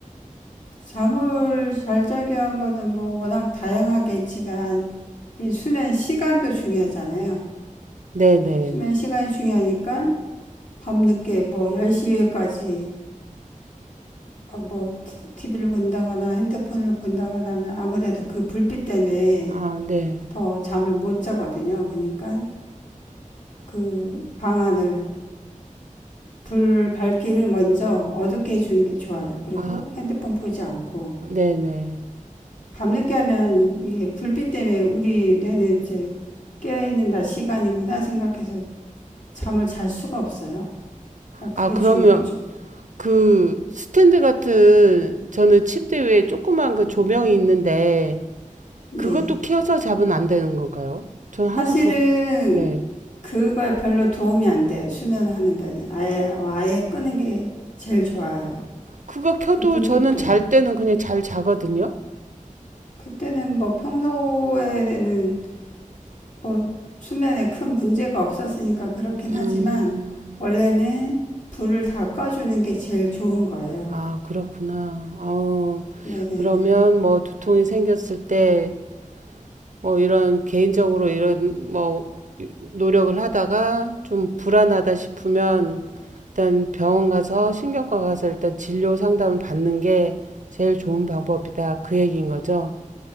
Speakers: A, on the left; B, on the right.
A: 잠을 잘 자기 위한 거는 뭐 워낙 다양하게 있지만 이 수면 시간도 중요하잖아요.
B: 네네.
A: 수면 시간이 중요하니까 밤늦게 뭐 10시까지 막 뭐 TV를 본다거나 핸드폰을 본다거나 하면 아무래도 그 불빛 때문에
B: 아, 네.
A: 더 잠을 못 자거든요. 그러니까 그 방안을 불 밝기를 먼저 어둡게 해주는 게 좋아요. 그리고
B: 아,
A: 핸드폰 보지 않고
B: 아, 네네.
A: 밤늦게 하면 이게 불빛 때문에 우리 뇌는 이제 깨어있는 낮 시간이구나 생각해서 잠을 잘 수가 없어요. 그러니까
B: 아,
A: 그게
B: 그러면
A: 중요하죠.
B: 그 스탠드 같은 저는 침대 위에 조그만 그 조명이 있는데
A: 네.
B: 그것도 켜서 자면 안 되는 건가요? 저는
A: 사실은
B: 항상 그, 네.
A: 그거에 별로 도움이 안 돼요. 수면하는 데는 아예 아예 끄는 게 제일 좋아요.
B: 그거 켜도
A: 그 불빛도
B: 저는 잘 때는 그냥 잘 자거든요.
A: 그때는 뭐 평소에는 뭐 수면에 큰 문제가 없었으니까 그렇긴
B: 음,
A: 하지만 원래는 불을 다 꺼주는 게 제일 좋은 거예요.
B: 아, 그렇구나. 아우,
A: 네네네.
B: 그러면 뭐 두통이 생겼을 때 뭐 이런 개인적으로 이런 뭐 노력을 하다가 좀 불안하다 싶으면 일단 병원 가서 신경과 가서 일단 진료 상담을 받는 게 제일 좋은 방법이다. 그 얘기인 거죠.